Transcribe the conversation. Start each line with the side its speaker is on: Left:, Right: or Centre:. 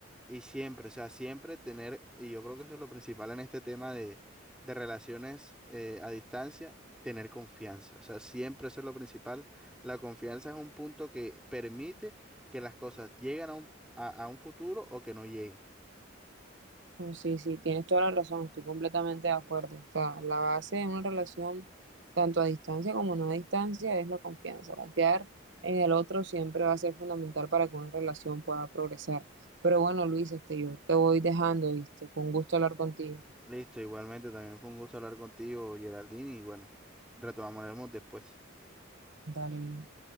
Centre: y siempre, o sea, siempre tener, y yo creo que eso es lo principal en este tema de, de relaciones eh, a distancia. tener confianza, o sea, siempre eso es lo principal. La confianza es un punto que permite que las cosas lleguen a un, a a un futuro o que no lleguen.
Right: Mm, Sí, sí, tienes toda la razón, estoy completamente de acuerdo. O sea, la base de una relación, tanto a distancia como no a distancia, es la confianza. Confiar en el otro siempre va a ser fundamental para que una relación pueda progresar. Pero bueno, Luis, este, yo te voy dejando, ¿viste? Con gusto hablar contigo.
Centre: Listo, igualmente también fue un gusto hablar contigo, Geraldine, y bueno, retomaremos después.
Right: Dale bien.